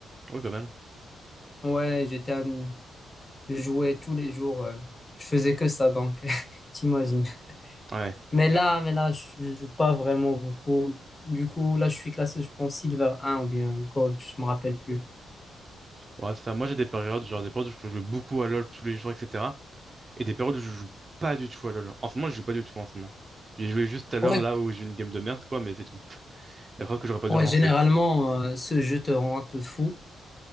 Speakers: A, on the right (about 20°); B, on the left (about 15°).
A: Oui, pas mal.
B: Ouais, j'étais un... je jouais tous les jours. euh, je faisais que ça, donc, <laughs> t'imagines.
A: Ouais.
B: Mais là, mais là, je je joue pas vraiment beaucoup. Du coup, là, je suis classé, je pense, Silver un ou bien Gold, je me rappelle plus.
A: Ouais, ça. Moi, j'ai des périodes, genre des périodes où je peux jouer beaucoup à LoL tous les jours, etc. Et des périodes où je joue pas du tout à LoL. En ce moment, je joue pas du tout en ce moment. J'ai joué juste tout à l'heure
B: Ouais,
A: là où j'ai eu une game de merde, quoi, mais c'est tout. La preuve que j'aurais pas dû
B: ouais,
A: relancer.
B: généralement, euh, ce jeu te rend un peu fou.